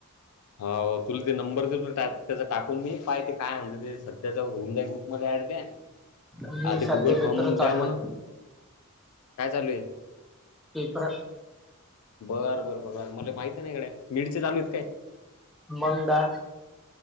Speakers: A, on the left (about 85°); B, in the centre.
A: हो तुला ते नंबर देतो त्यात टाकून मी काय ते काय म्हणत ते सध्याच होम द्या ग्रुप मध्ये ऍड द्या
B: मी
A: आ ते
B: सध्या
A: गुगल
B: पेपर
A: फॉर्म
B: चालू
A: द्या म्हणा,
B: आहेत
A: काय चालू आहे?
B: इप <unintelligible>
A: बरं बरं बर बर मले माहिती आहे ना गडे, मिडचे चालू आहेत काय?
B: मंडा